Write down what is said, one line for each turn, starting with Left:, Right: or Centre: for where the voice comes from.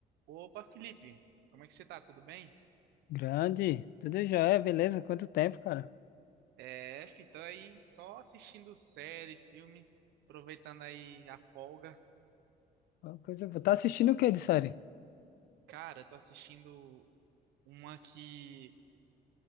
Right: Opa, Felipe, como é que você tá? Tudo bem?
Left: Grande, tudo jóia, beleza? Quanto tempo, cara?
Right: É, fi, tô aí só assistindo série, filme, aproveitando aí a folga.
Left: Uma coisa boa. Tá assistindo o que de série?
Right: Cara, tô assistindo uma que